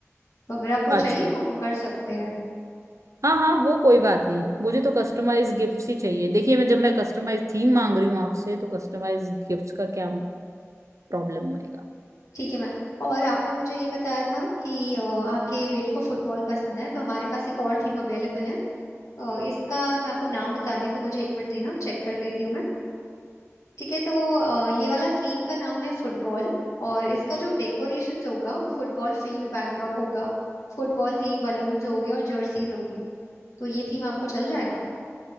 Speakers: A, on the left; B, on the right.
A: तो अगर आपको
B: अच्छा
A: चाहिए तो हम कर सकते हैं
B: हाँ हाँ वो कोई बात नहीं मुझे तो कस्टमाइज गिफ्ट्स ही चाहिए देखिए मैं जब मैं कस्टमाइज थीम मांग रही हूँ आपसे तो कस्टमाइज गिफ्ट्स का क्या प्रॉब्लम आएगा
A: ठीक है मैम और आपने मुझे ये बताया था कि अ, आपके बेटे को फुटबॉल पसंद है तो हमारे पास एक और थीम अवेलेबल है अ, इसका मैं आपको नाम बता देती हूँ मुझे एक मिनट देना चेक कर लेती हूँ मैं ठीक है तो अ, ये वाला थीम का नाम है फुटबॉल और इसका जो डेकोरेशन होगा वो फुटबॉल फील्ड बैकड्रॉप होगा फुटबॉल थीम बलून्स होंगे और जर्सीज होगी तो ये थीम आपको चल जाएगा